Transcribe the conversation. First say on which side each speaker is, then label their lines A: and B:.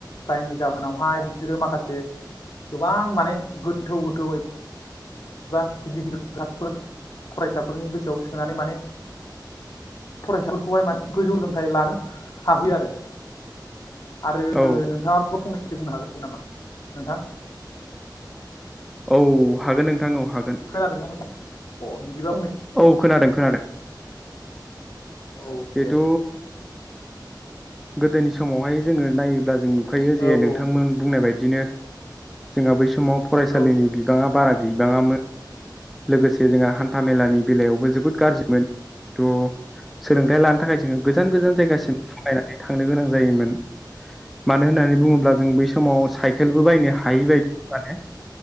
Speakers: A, on the left; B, in the centre.
A: जायनि जाहोनावहाय बिसोरो माखा से गोबां माने गोथौ गोथौयै एबा गिदिर गिदिर खोथाबफोर फरायसाफोरनि गोसोआव सोनानै माने फरायसाफोरखौहाय माने गोजौ सोलोंथाइ लानो हाहोयो आरो। ओ
B: औ
A: नोंथाङाबो फंनैसो बुंनो हागोन। नामा नोंथां।
B: औ हागोन नोंथां औ। हागोन
A: खोनादोंना नोंथाङा अ बिदिबा बुंनाय।
B: औ खोनादों खोनादों।
A: औ
B: जिहेथु
A: दे।
B: गोदोनि समावहाय जोङो नायोब्ला जों नु खायो
A: औ
B: जे नोंथांमोन
A: औ
B: बुंनाय बायद दिनो जोंहा बै समाव फराय
A: औ
B: सालिनि बिबाङा बारा गैबाङामोन लोगोसे जोंहा हान थामेलानि बेलायावबो जोबोद गाज्रिमोन। थ' सोलोंथायाइ लानो थाखाय जोङो गोजान गोजान जायगासिम थाबायनानै थांनो गोनां जायोमोन मानो होननानै बुङोब्ला जों बै समाव साइकेलबो बायनो हायि बायदिमोन माने।